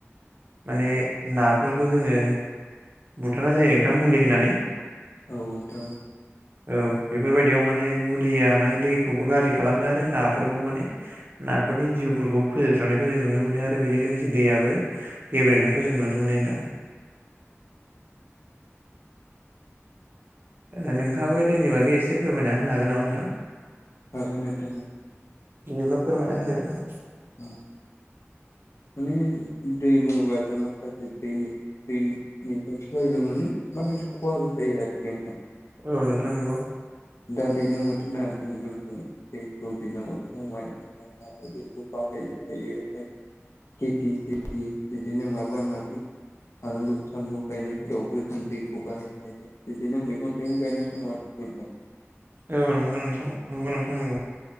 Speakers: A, on the right; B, on the left.
A: माने नाफोरखौ जोङो बुथारनाय जायो नोंथां मुलि होनानै
B: औ नोंथां
A: औ बेफोरबायदियाव माने मुलिया माने दैखौबो गाज्रि खालामो आरो नाफोरखौ माने नाफोरनि जिउ खौ फोजोबस्रांनायखौ जों नुनो मोनो आरो बेजों लोगोसे दैयाबो गेब्रेनायखौ जों नुनो मोनो नोंथां। <inaudible> नोंथाङाबो दैनि बागै एसे फोरमायना होनो हागोन नामा नोंथां?
B: हागोन नोंथां।
A: बिदिब्ला फोरमायना होदो नोंथां।
B: औ माने दै बुङोबा जों माखासे दैनि दैनिफ्राय सहायबो मोनो। माखासे खहा जायो आरोखि नोंथां।
A: औ नोंथां नंगौ।
B: दा दैलां बोथोर ना नोंथां <unintelligible> बाहायनो हायो। ओमफ्राय खेथि सिथि बिदिनो माबा माबि बानलु सानलु गायनायफोरावबो जों दैखौ बाहायनो हायो बिदिनो मैगं थाइगं गायनाय समाव <unintelligible>
A: औ नोंथां नंगौ नंगौ नोंथां नंगौ